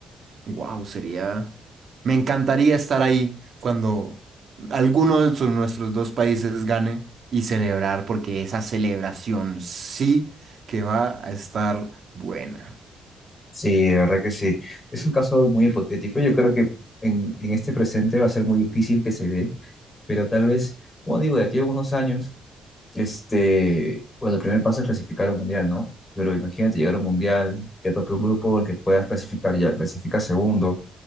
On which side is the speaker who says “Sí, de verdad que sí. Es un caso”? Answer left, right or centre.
Left